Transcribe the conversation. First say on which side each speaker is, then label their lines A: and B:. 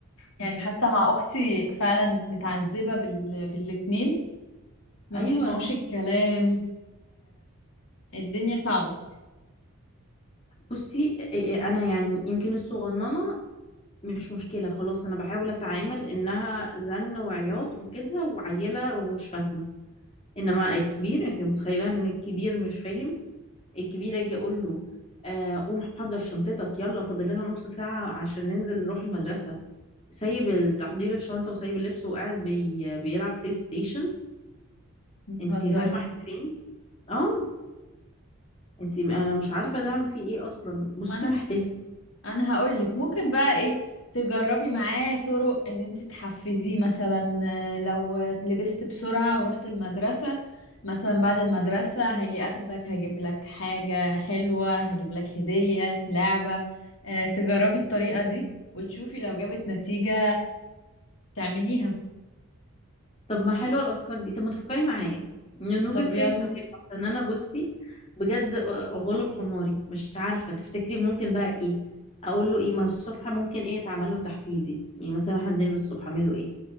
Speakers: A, on the left; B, on the left.
A: يعني حتى مع اختي فعلا متعذبة بال... بالاتنين ما
B: ايوه
A: بيسمعوش الكلام والدنيا صعبة
B: بصي آه، آه، انا يعني يمكن الصغننه مش مشكلة خلاص أنا بحاول أتعامل إنها زن وعياط وكده وعيلة ومش فاهمة إنما الكبير أنت متخيلة إن الكبير مش فاهم الكبير أجي أقول له آه قوم حضر شنطتك يلا فاضل لنا نص ساعة عشان ننزل نروح المدرسة سايب تحضير الشنطة وسايب اللبس وقاعد بي... بيلعب بلاي ستيشن
A: بتهزري
B: أنت فاهمة إحنا فين؟ آه أنت أنا مش عارفة ده عم فيه إيه أصلا بصي
A: ما انا
B: محتاسة
A: انا هقولك ممكن بقى ايه تجربي معاه طرق ان انت تحفزيه مثلا آه، لو لبست بسرعة ورحت المدرسة مثلا بعد المدرسة هاجي اخدك هجيب لك حاجة حلوة هجيب لك هدية لعبة آه، تجربي الطريقة دي وتشوفي لو جابت نتيجة تعمليها
B: طب ما حلوه الافكار دي طب ما تفكري معايا ننوبك
A: طب
B: فيا
A: يلا
B: ثواب احسن انا بصي بجد غلب حماري مش عارفه تفتكري ممكن بقى ايه اقول له ايه ما الصبح ممكن ايه يتعمل له تحفيزي يعني مثلا احنا بنلبس الصبح اعمل له ايه